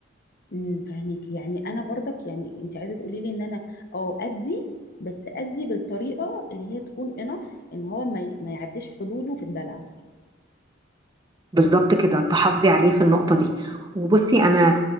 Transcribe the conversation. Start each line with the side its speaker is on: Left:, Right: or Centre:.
Left: امم فهميك يعني انا برضك يعني انت عايزه تقولي لي ان انا اه ادي بس ادي بالطريقه اللي هي تكون انف ان هو ما, ي... ما يعديش حدوده في الدلع
Right: بالظبط كده تحافظي عليه في النقطة دي وبصي انا